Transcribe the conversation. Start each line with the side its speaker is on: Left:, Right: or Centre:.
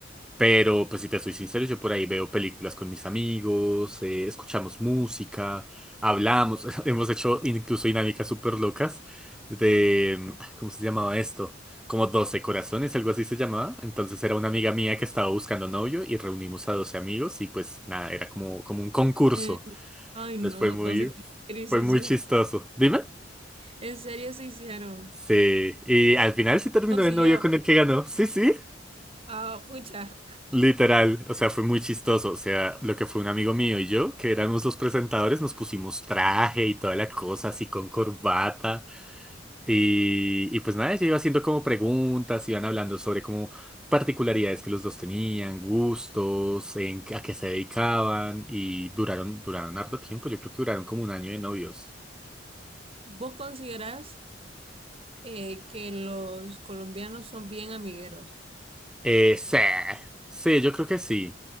Centre: Pero, pues si te soy sincero, yo por ahí veo películas con mis amigos, eh, escuchamos música, hablamos, <laughs> hemos hecho incluso dinámicas súper locas de, mm, ¿cómo se llamaba esto? Como 12 corazones, algo así se llamaba. Entonces era una amiga mía que estaba buscando novio y reunimos a 12 amigos y pues nada, era como, como un concurso.
Right: Eh, ay,
Centre: Entonces
Right: no,
Centre: fue muy,
Right: 12 con- en
Centre: fue
Right: se
Centre: muy
Right: hicieron.
Centre: chistoso. Dime.
Right: En serio se hicieron.
Centre: Sí, y al final sí terminó
Right: Consiguió.
Centre: el novio con el que ganó. Sí, sí.
Right: Ah, pucha,
Centre: Literal, o sea, fue muy chistoso. O sea, lo que fue un amigo mío y yo, que éramos los presentadores, nos pusimos traje y toda la cosa, así con corbata. Y, y pues nada, ella iba haciendo como preguntas, iban hablando sobre como particularidades que los dos tenían, gustos, en, a qué se dedicaban. Y duraron, duraron harto tiempo, yo creo que duraron como un año de novios.
Right: ¿vos considerás eh, que los colombianos son bien amigueros?
Centre: Eh, sí, sí, yo creo que sí.